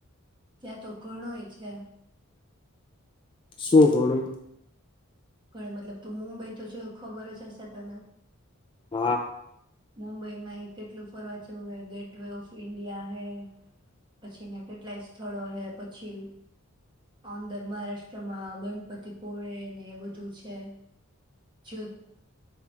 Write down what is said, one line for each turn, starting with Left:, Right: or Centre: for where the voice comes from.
Right: ત્યાં તો ઘણુંય છે.
Left: શું ઘણુંય?
Right: ક મતલબ તું મુુંબઈ તો જો ખબર જ હશે તને!?
Left: હાં.
Right: મુંબઈમાં એ કેટલું ફરવા જયું હે, ગેટ વ ઓફ ઈન્ડિયા હે, પછીં કેટલાય સ્થળો હે, પછી અંદર મહારાષ્ટ્રમાં ગણપતિપુળ ને એ બધું છે, જ